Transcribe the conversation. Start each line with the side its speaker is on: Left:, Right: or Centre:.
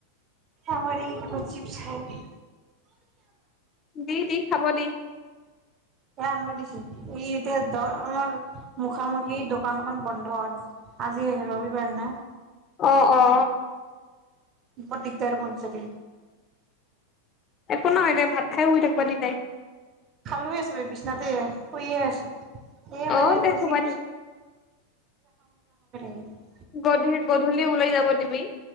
Right: আমাৰ এইটো চিপছাই
Left: দি দি খাব দি
Right: এ আনব দিছো ই এতিয়া দ আমাৰ মুখামুখি দোকানখন বন্ধ আজি ৰবিবাৰ না
Left: অ অ
Right: মোৰ দিগদাৰ বন চাক
Left: একো নহয় দে ভাত খাই শুই থাকিবা দি তাই
Right: খালে আছো এই বিছনাতে শুইয়ে আছো এই মইেটো
Left: অ দে শুবা
Right: শিক
Left: দি
Right: <unintelligible>
Left: গধূলি গধূলি ওলাই যাব দিবি